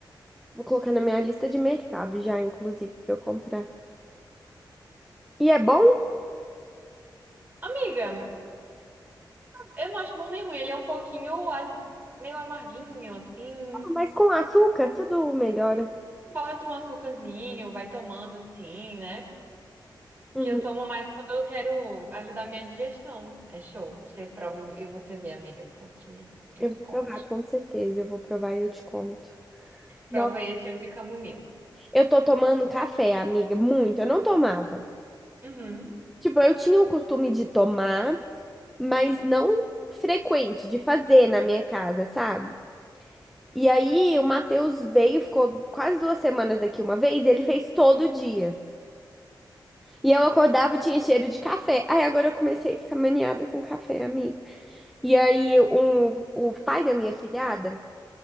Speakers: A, in the centre; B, on the right.
A: Vou colocar na minha lista de mercado já, inclusive, pra eu comprar. E é bom,
B: Amiga, eu não acho bom nem ruim. Ele é um pouquinho az- meio amarguinho, assim.
A: mas com açúcar tudo melhora.
B: Bota um açúcarzinho, vai tomando assim, né?
A: Uhum.
B: Que eu tomo mais quando eu quero ajudar a minha digestão. É show. Você prova e você vê, amiga, porque é
A: Eu vou
B: ótimo.
A: provar, com certeza. Eu vou provar e eu te conto.
B: Prova
A: Nossa.
B: esse e o de camomila.
A: Eu tô tomando café, amiga, muito. Eu não tomava.
B: Uhum.
A: Tipo, eu tinha o costume de tomar, mas não frequente, de fazer na minha casa, sabe? E aí, o Matheus veio, ficou quase duas semanas aqui uma vez, e ele fez todo dia. E eu acordava, tinha cheiro de café. Aí agora eu comecei a ficar maniada com café, amiga. E aí, um, o pai da minha filhada,